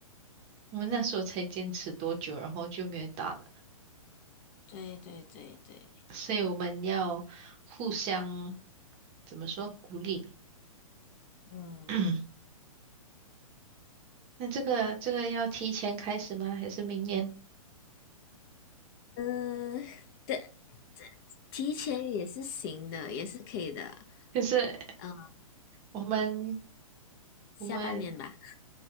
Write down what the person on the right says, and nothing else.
我们那时候才坚持多久，然后就没有打了，
所以我们要互相怎么说鼓励？
<clears throat> 那这个这个要提前开始吗？还是明年？
可是
我们
我们